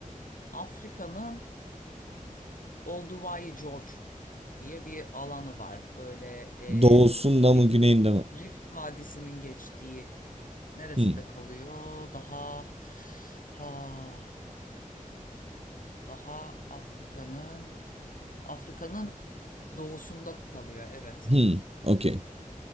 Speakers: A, on the left (about 75°); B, on the right (about 45°).
A: Afrika'nın Olduvai Gorge diye bir alanı var. Böyle e,
B: Doğusunda
A: Rift,
B: mı, güneyinde mi?
A: Rift Vadisi'nin geçtiği neresinde
B: Hmm.
A: kalıyor? Daha ha, daha Afrika'nın Afrika'nın doğusunda kalıyor. Evet.
B: Hmm. Okey.